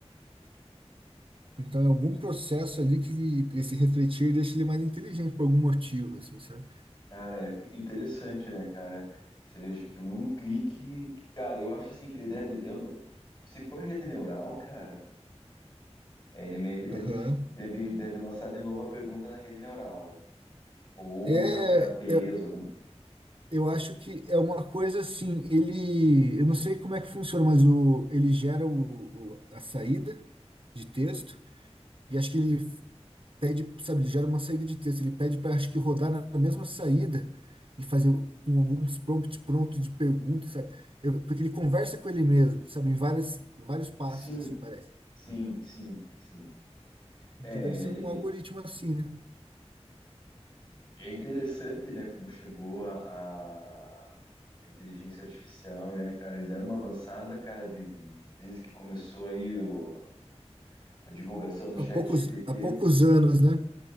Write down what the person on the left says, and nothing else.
Cara, é que- interessante, né, cara? Você veja que num clique, que, cara, eu acho assim que ele deve, eu- se for rede neural, cara, É, ele meio que deve,
deve, deve lançar de novo a pergunta na rede neural, né? Ou
reuterapias, algum.
Sim,
sim, sim, sim.
É,
ele,
é
é interessante, né, como chegou a, a, a inteligência artificial, né, cara? Eles eram uma avançada, cara, de- desde que começou aí o- a divulgação do
chat
GPT.